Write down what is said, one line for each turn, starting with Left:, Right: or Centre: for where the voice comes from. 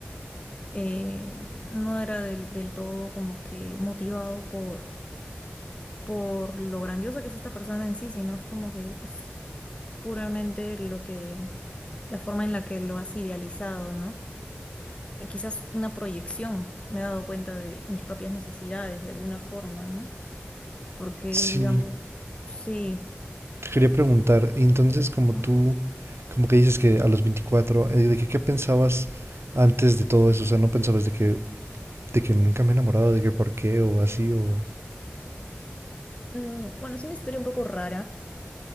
Left: eh, no era del, del todo como que motivado por, por lo grandiosa que es esta persona en sí, sino es como que es puramente lo que la forma en la que lo has idealizado, ¿no? Eh, Quizás una proyección, me he dado cuenta de mis propias necesidades de alguna forma, ¿no? Porque,
Right: Sí,
Left: digamos, sí.
Right: quería preguntar, entonces como
Left: ah,
Right: tú, como que dices que a los 24 eh, ¿de que, qué pensabas antes de todo eso? O sea, ¿no pensabas de que, de que nunca me he enamorado, de que por qué o así o...
Left: mm, Bueno, es una historia un poco rara.